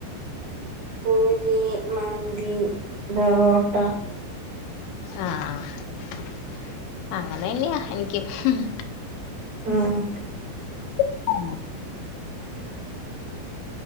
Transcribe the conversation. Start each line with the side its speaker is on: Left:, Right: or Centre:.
Right: പൂരി മന്തി ബെറോട്ട
Left: ആഹ് ആ ആ അങ്ങനെന്നെയാ എനിക്കും ഹും ഹും
Right: ആഹ്
Left: <inaudible>